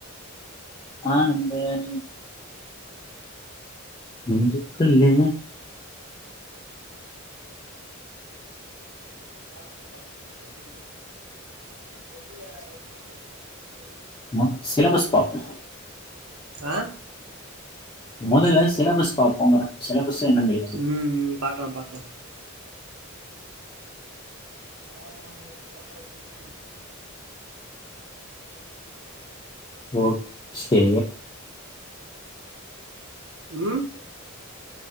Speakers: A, on the left; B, on the right.
A: ஆனந்தமே நெஞ்சு க்குள்ளே
B: <inaudible> வெளில அசோசியேஷன்ல <inaudible>
A: மொ சிலபஸ் பாப்பொ
B: ஆ
A: மொதல்ல சிலபஸ் பாப்போங்குற சிலபஸ் என்னன்னு தெரியாது
B: ம் ம் பாக்லா பாக்லா ஆமா <inaudible>
A: ஓகே
B: ம்